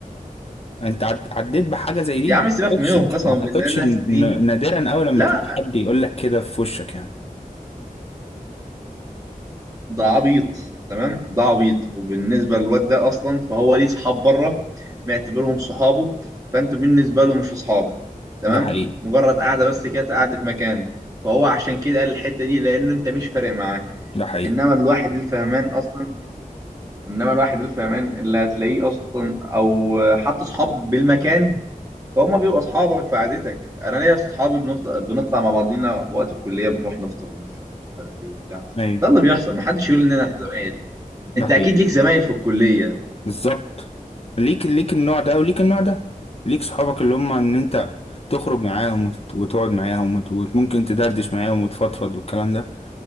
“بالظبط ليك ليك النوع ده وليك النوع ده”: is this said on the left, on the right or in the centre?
Left